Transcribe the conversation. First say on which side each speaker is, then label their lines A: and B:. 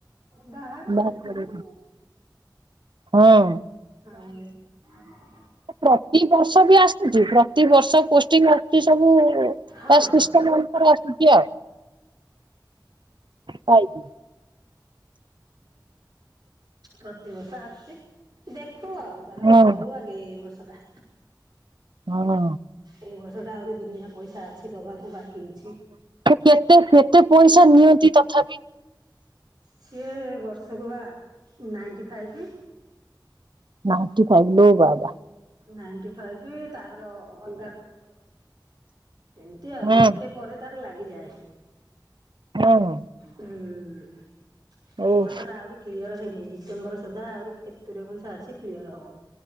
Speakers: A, on the right (about 65°); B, on the right (about 80°).
A: ବାହାରୁ
B: ବାହାରିବ
A: ଖୋଜୁ।
B: ହଁ।
A: <inaudible>
B: ପ୍ରତି ବର୍ଷ ବି ଆସୁଚି ପ୍ରତିବର୍ଷ ପୋଷ୍ଟିଂଙ୍ଗି ଆସୁଚି ସବୁ।
A: ହଁ
B: ତାସିଷ୍ଟମ ଅନୁସାରେ ଆସୁଚି ପଇଯିବ।
A: ପ୍ରତିବର୍ଷ ଆସୁଚି ଦେଖୁ ଆଉ ତାର
B: ହଁ
A: ସରୁ ଆଗେ ଏଇ ବର୍ଷ ଟା।
B: ହଁ।
A: ଏଇ ବର୍ଷ ଟା ଆହୁରି ଦୁନିଆ ପଇସା ଅଛି ଦବାକୁ ବାକି ଅଛି।
B: କେତେ କେତେ ପଇସା ନିଅନ୍ତି ତଥାପି?
A: ସିଏ ବର୍ଷକୁ ବା ନାଇଣ୍ଟି ଫାଇପି।
B: ନାଇଣ୍ଟି ଫାଇଭ୍ ଲୋ ବାବା।
A: ନାଇଟି ଫାଇବି ତାପରେ ଅଲଗା କ ଏମିତି ଆଉ
B: ହଁ
A: ଲକ୍ଷେ ପରେ ତାର ଲାଗିଯାଏ।
B: ହଁ
A: ହୁଁ ଏଇ
B: ଓଃ।
A: ବର୍ଷ ଟା ଆହୁରି କ୍ଲିୟର ହେଇନି ଡିସେମ୍ବର ସୁଦ୍ଧା ଆହୁରି କିସ୍ତିରେ ପଇସା ଅଛି କ୍ଲିୟର ହବ।